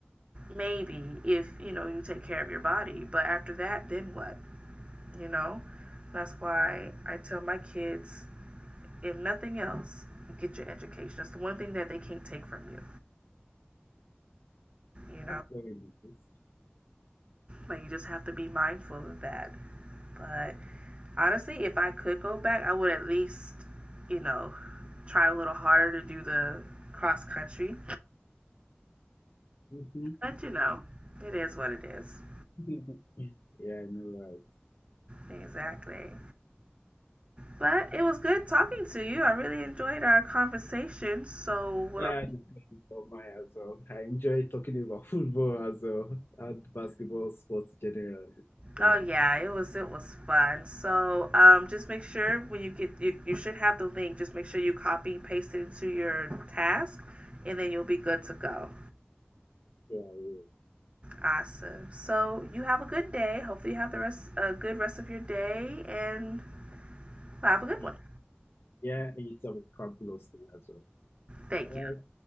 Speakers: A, on the right; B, on the left.
A: maybe, if, you know, you take care of your body. But after that, then what? You know? That's why I tell my kids if nothing else, get your education. That's the one thing that they can't take from you, you know?
B: that's very nice.
A: Like, you just have to be mindful of that. But honestly, if I could go back, I would at least, you know, try a little harder to do the cross country.
B: Mm-hmm,
A: But, you know, it is what it is.
B: mm-hmm. <laughs> Yeah, I know, right.
A: Exactly. But it was good talking to you. I really enjoyed our conversation. So, what
B: Yeah,
A: I'm
B: I discussed it on my as well. I enjoy talking about <laughs> football as well and basketball sports generally. Thank
A: Oh yeah, it was it was fun. So um, just make sure when you get you, you should have the link. Just make sure you copy paste it into your task, and then you'll be good to go.
B: you.
A: Awesome. So you have a good day. Hopefully you have the rest a good rest of your day, and have a good
B: Yeah,
A: one.
B: yeah, yeah, it's a fabulous thing as well.
A: Thank
B: All
A: you.
B: right,